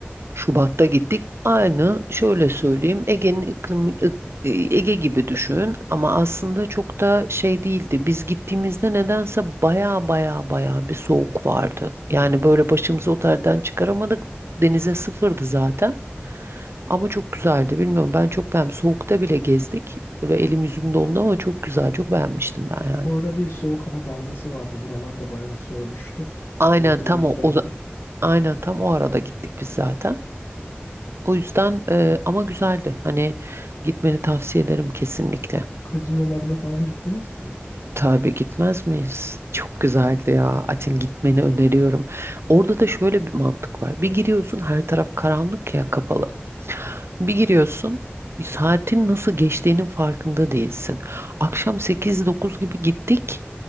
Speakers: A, on the right (about 75°); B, on the left (about 75°).
A: Şubat'ta gittik. Aynı şöyle söyleyeyim Ege'nin iklimi ik- Ege gibi düşün ama aslında çok da şey değildi. Biz gittiğimizde nedense baya baya baya bir soğuk vardı. Yani böyle başımızı otelden çıkaramadık. Denize sıfırdı zaten. Ama çok güzeldi. Bilmiyorum ben çok beğendim. Soğukta bile gezdik. Böyle elim yüzüm dondu ama çok güzel. Çok beğenmiştim ben yani.
B: O ara bir soğuk hava dalgası vardı. Buralarda bayağı soğumuştu.
A: Aynen
B: Belki o
A: tam
B: yüzden
A: o, o
B: de.
A: Aynen tam o arada gittik biz zaten. O yüzden e, ama güzeldi. Hani gitmeni tavsiye ederim kesinlikle.
B: Kazinolarına falan gittiniz mi?
A: Tabii gitmez miyiz? Çok güzeldi ya. Açın gitmeni öneriyorum. Orada da şöyle bir mantık var. Bir giriyorsun her taraf karanlık ya kapalı. Bir giriyorsun, "E, saatin nasıl geçtiğinin farkında değilsin. Akşam sekiz dokuz gibi gittik.